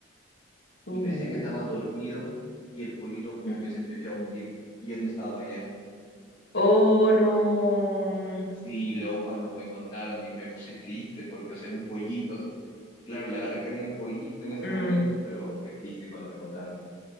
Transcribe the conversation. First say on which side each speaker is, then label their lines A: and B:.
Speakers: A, on the left; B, on the left.
A: Uh,
B: y pensé que estaba dormido, y el pollito como
A: ujú.
B: que se empezó a hundir, y yo no estaba ya.
A: Oh, no.
B: Sí, luego cuando me contaron, di- me puse triste porque hacer un pollito. Claro, le agarré cariño al pollito en ese
A: Mm,
B: momento, pero fue triste cuando me contaron.